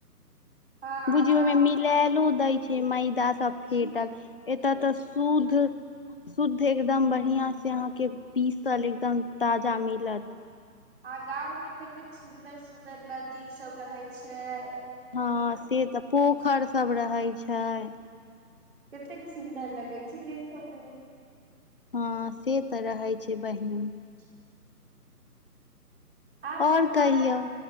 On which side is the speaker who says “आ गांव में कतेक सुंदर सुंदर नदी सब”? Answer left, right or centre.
Right